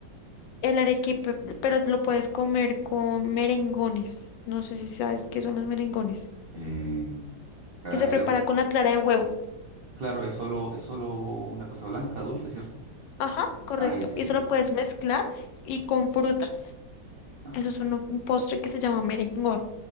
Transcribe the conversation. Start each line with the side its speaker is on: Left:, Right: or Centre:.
Left: el arequipe, pero lo puedes comer con merengones. No sé si sabes qué son los merengones,
Right: Eh, acá
Left: que se
Right: hay
Left: prepara
Right: algo.
Left: con la clara de huevo.
Right: Claro, es solo, es solo una cosa blanca, dulce, ¿cierto?
Left: Ajá, correcto.
Right: Ah, ya, sí,
Left: Y
Right: sí,
Left: eso lo
Right: sí.
Left: puedes mezclar y con frutas.
Right: Ajá.
Left: Eso es un, un postre que se llama merengot.